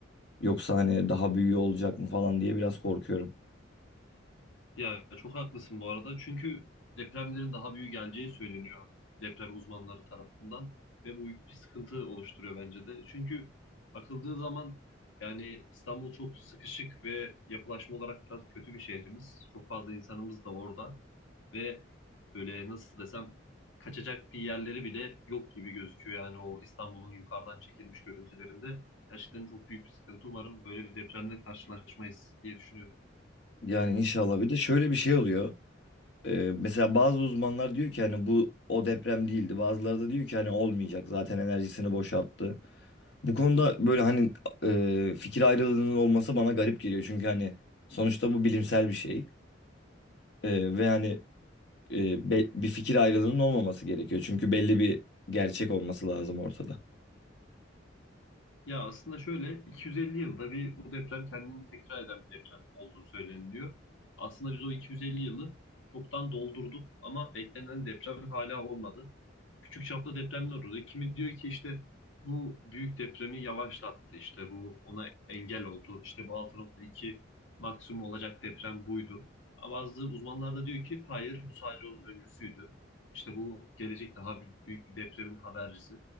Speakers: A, on the left; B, on the left.
A: Yoksa hani daha büyüğü olacak mı falan diye biraz korkuyorum.
B: Ya çok haklısın bu arada. Çünkü depremlerin daha büyük geleceği söyleniyor deprem uzmanları tarafından ve bu büyük bir sıkıntı oluşturuyor bence de. Çünkü bakıldığı zaman yani İstanbul çok sıkışık ve yapılaşma olarak biraz kötü bir şehrimiz. Çok fazla insanımız da orada ve böyle nasıl desem kaçacak bir yerleri bile yok gibi gözüküyor. Yani o İstanbul'un yukarıdan çekilmiş görüntülerinde gerçekten çok büyük bir sıkıntı. Umarım böyle bir depremle karşılaşmayız diye düşünüyorum.
A: Yani inşallah bir de şöyle bir şey oluyor. Ee, mesela bazı uzmanlar diyor ki hani bu o deprem değildi. Bazıları da diyor ki hani olmayacak zaten enerjisini boşalttı. Bu konuda böyle hani e, fikir ayrılığının olması bana garip geliyor. Çünkü hani sonuçta bu bilimsel bir şey. Ee, ve hani e, be- bir fikir ayrılığının olmaması gerekiyor. Çünkü belli bir gerçek olması lazım ortada.
B: Ya aslında şöyle 250 yılda bir bu deprem kendini tekrar eden bir deprem olduğu söyleniliyor. Aslında biz o 250 yılı çoktan doldurduk ama beklenen deprem hala olmadı. Küçük çaplı depremler oldu. Kimi diyor ki işte bu büyük depremi yavaşlattı. işte bu ona engel oldu. İşte bu altı nokta iki maksimum olacak deprem buydu. Ama Bazı uzmanlar da diyor ki hayır bu sadece onun öncüsüydü. İşte bu gelecek daha büyük bir depremin habercisi.